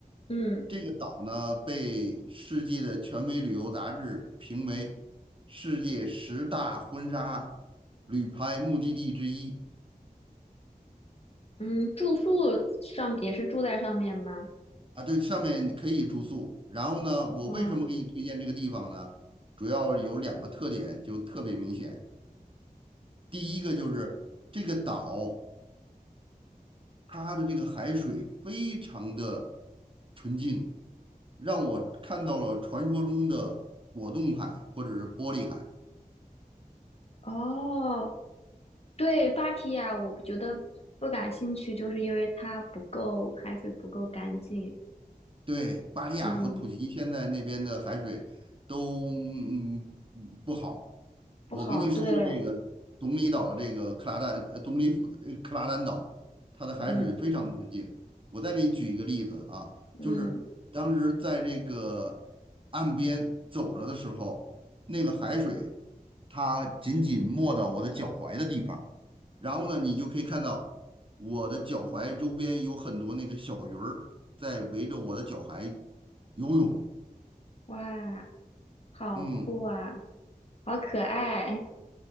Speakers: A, on the left (about 40°); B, on the right (about 35°).
A: 嗯
B: 这个岛呢被世界的权威旅游杂志评为世界十大婚纱旅拍目的地之一。
A: 嗯，住宿上也是住在上面吗？
B: 啊，对，上面可以住宿。然后呢，我为什么给你推荐这个地方呢？
A: 哦
B: 主要有两个特点，就特别明显。第一个就是这个岛，它的这个海水非常的纯净，让我看到了传说中的果冻海或者是玻璃海。
A: 哦，对，芭提雅我觉得不感兴趣，就是因为它不够，海水不够干净，
B: 对，巴利亚和普吉现在那边的海水都嗯不好。
A: 嗯，不好，
B: 我跟你说的这个东里岛的这个克拉丹，
A: 对，
B: 呃，东里府的这个克拉丹岛，它的海水非常的纯净。
A: 嗯
B: 我再给你举一个例子啊，
A: 嗯，
B: 就是当时在这个岸边走着的时候，那个海水它仅仅没到我的脚踝的地方，然后呢，你就可以看到我的脚踝周边有很多那个小。在围着我的脚踝游泳。
A: 哇，好酷啊，
B: 嗯，
A: 好可爱，